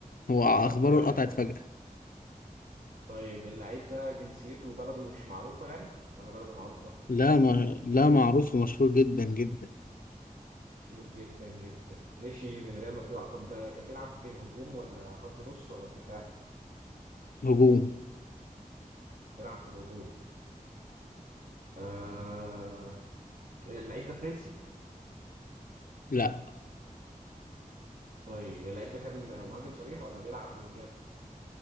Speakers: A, on the left; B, on the right.
A: هو اخباره
B: طيب
A: اتقطعت فجأة
B: طيب اللعيب ده جنسيته وبلده مش معروفة يعني ولا بلده معروفة
A: لا ما لا معروف ومشهور جدا جدا
B: مشهور جدا جدا مشي من ريال مدريد طب آه، كان بيلعب فين هجوم ولا خط نص ولا دفاع
A: هجوم
B: بيلعب في الهجوم آه... اللعيب ده فرنسي
A: لا
B: طيب اللعيب ده كان مهاجم صريح ولا بيلعب وينجات